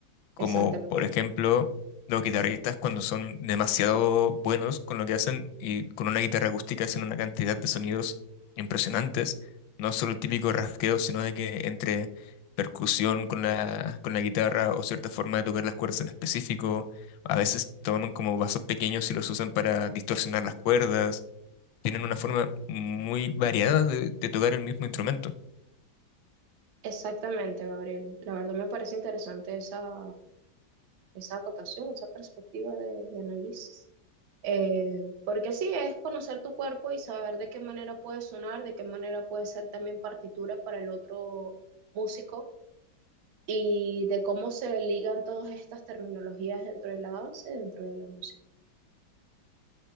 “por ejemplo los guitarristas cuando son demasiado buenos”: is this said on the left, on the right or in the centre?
Left